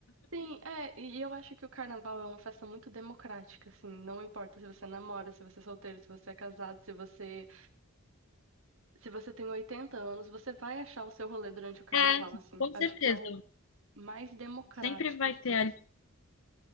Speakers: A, on the right; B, on the left.
A: Sim, é, e eu acho que o carnaval é uma festa muito democrática, assim, não importa se você namora, se você é solteiro, se você é casado, se você, se você tem 80 anos, você vai achar o seu rolê durante o carnaval,
B: É,
A: assim.
B: com
A: Acho
B: certeza.
A: que é o mais democrático
B: Sempre vai
A: de
B: ter
A: todos.